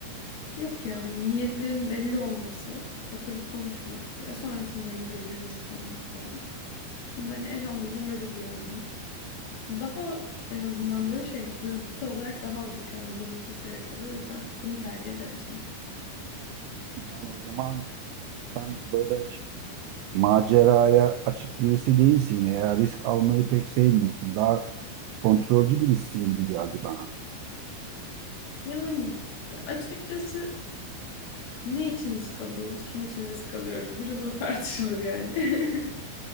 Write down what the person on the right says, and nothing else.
Yani o zaman sen böyle ş- maceraya açık birisi değilsin ya risk almayı pek sevmiyorsun. Daha kontrolcü birisin gibi geldi bana.